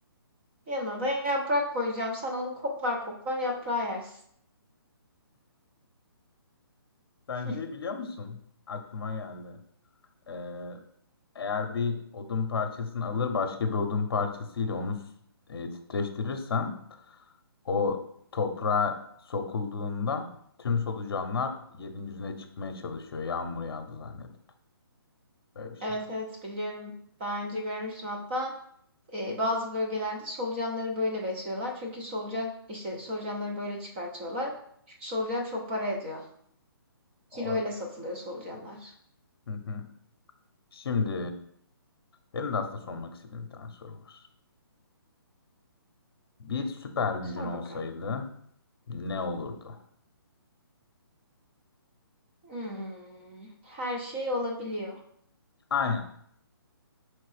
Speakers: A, on the right; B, on the left.
A: Yanına da yaprak koyacağım. Sen onu koklar koklar yaprağı yersin.
B: Sen
A: <laughs>
B: şey biliyor musun? Aklıma geldi. Ee, eğer bir odun parçasını alır başka bir odun parçasıyla onu s- e, titreştirirsen O toprağa sokulduğunda tüm solucanlar yerin yüzüne çıkmaya çalışıyor. Yağmur yağdı zannedip. Böyle bir şey
A: Evet
B: var.
A: evet biliyorum. Daha önce görmüştüm hatta e, bazı bölgelerde solucanları böyle besliyorlar. Çünkü solucan işte solucanları böyle çıkartıyorlar. Çünkü solucan çok para ediyor. Kiloyla
B: Abi,
A: satılıyor solucanlar.
B: Hı hı. Şimdi benim de aslında sormak istediğim bir tane soru var. Bir süper gücün
A: Sor
B: olsaydı
A: bakalım.
B: ne olurdu?
A: Hmm, her şey olabiliyor.
B: Aynen.